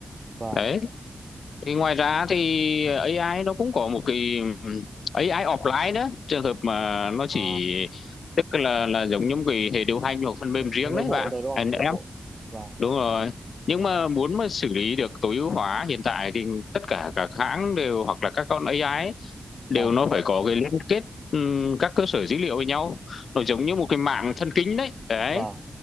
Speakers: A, on the right (about 25°); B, on the left (about 80°).
A: vâng.
B: đấy thì ngoài ra thì AI nó cũng có một cái ừm, AI offline đó trường hợp mà nó
A: Ờ,
B: chỉ tức là là giống như một cái hệ điều hành hoặc phần mềm riêng
A: hay nội
B: đấy
A: bộ
B: bạn
A: rồi đúng
B: anh
A: không?
B: em
A: Nội bộ. Vâng,
B: đúng rồi
A: đúng rồi.
B: nhưng
A: Ừ,
B: mà muốn mà xử lý được tối ưu hóa hiện tại thì tất cả các hãng đều hoặc là các con AI ấy,
A: vâng,
B: đều nó phải có cái liên kết ừm, các cơ sở dữ liệu với nhau nó giống như một cái mạng thần kinh đấy đấy
A: vâng,